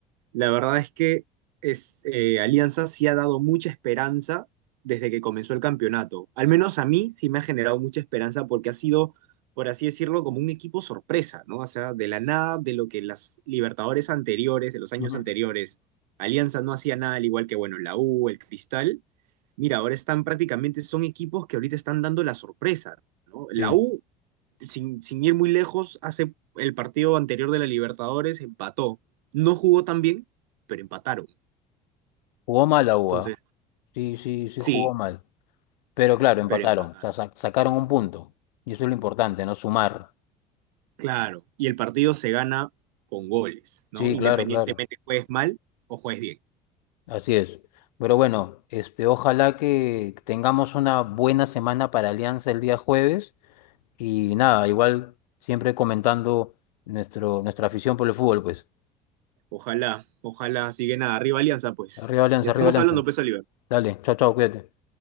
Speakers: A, on the right (about 70°); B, on the left (about 75°).
A: la verdad es que es, eh, Alianza sí ha dado mucha esperanza desde que comenzó el campeonato. Al menos a mí sí me ha generado mucha esperanza porque ha sido, por así decirlo, como un equipo sorpresa, ¿no? O sea, de la nada, de lo que las Libertadores anteriores, de los años
B: Ujú.
A: anteriores, Alianza no hacía nada, al igual que, bueno, la U, el Cristal. Mira, ahora están prácticamente, son equipos que ahorita están dando la sorpresa, ¿no? La
B: Sí,
A: U sin, sin ir muy lejos, hace el partido anterior de la Libertadores empató. No jugó tan bien, pero empataron.
B: jugó mal la UA.
A: Entonces,
B: Sí, sí, sí
A: sí,
B: jugó mal. Pero claro, empataron,
A: pero empataron.
B: o sea, sa- sacaron un punto. Y eso es lo importante, ¿no? Sumar.
A: Claro. Y el partido se gana con goles, ¿no?
B: Sí,
A: Independientemente
B: claro, claro.
A: juegues mal o juegues bien.
B: Así es. Pero bueno, este, ojalá que tengamos una buena semana para Alianza el día jueves. Y nada, igual siempre comentando nuestro, nuestra afición por el fútbol, pues.
A: Ojalá, ojalá siguen nada. Arriba Alianza, pues.
B: Arriba Alianza,
A: Ya estamos
B: arriba Alianza.
A: hablando, pues Oliver.
B: Dale, chao, chao, cuídate.